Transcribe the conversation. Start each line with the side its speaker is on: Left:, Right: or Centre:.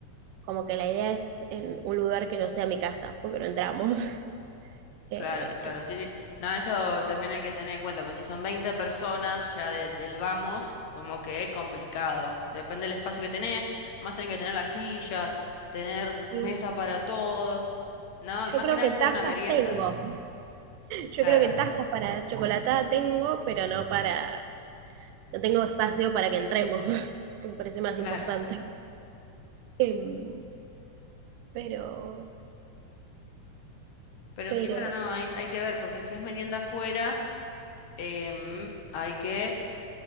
Right: Como que la idea es en un lugar que no sea mi casa, porque no entramos. <laughs> Eh,
Left: Claro, claro, sí, sí. No, eso también hay que tener en cuenta, pues si son 20 personas ya de- del vamos, como que es complicado. Depende del espacio que tenés, más tenés que tener las sillas, tener
Right: Sí.
Left: mesa para todos, ¿no?
Right: Yo
Left: Más
Right: creo
Left: que nada
Right: que
Left: al ser
Right: tazas
Left: una merienda.
Right: tengo. Yo
Left: Claro,
Right: creo que tazas para chocolatada tengo, pero no para, no tengo espacio para que entremos, <laughs> que me parece más
Left: claro.
Right: importante. Em, pero,
Left: Pero
Right: pero,
Left: sí, bueno, no, hay, hay que ver, porque si es merienda afuera, em, hay que,